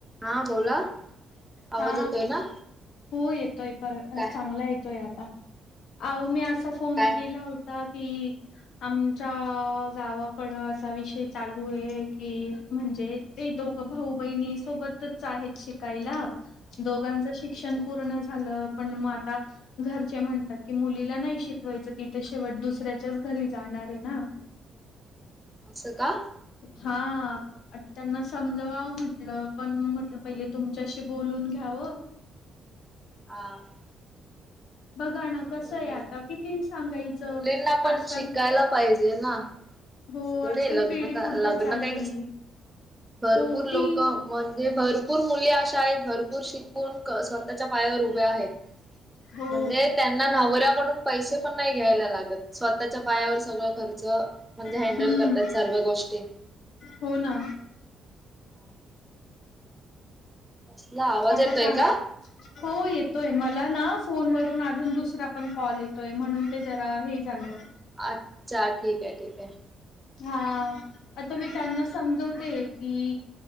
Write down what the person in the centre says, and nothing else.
हा बोला.
आवाज येतोय ना
काय
हा
काय
अच्छा
असं का
हां.
नाही
मुली
मुलींना
पण शिकायला पाहिजे ना,
असं थोडे
लग्न,
का
लग्न,
काय का भरपूर
लोकं म्हणजे भरपूर मुली अशा आहेत भरपूर शिकून स्वतःच्या प पायावर उभे आहेत
म्हणजे त्यांना नवऱ्याकडून पै पैसे पण घ्यायला नाही लागत स्वतःच्या पायावर सगळं खर्च म्हणजे हेन्ड
<unintelligible> ल करतयात सर्व गोष्टी.
<inaudible> कसला आवाज
येतोय
का
अच्छा ठीक आहे ठीक आहे.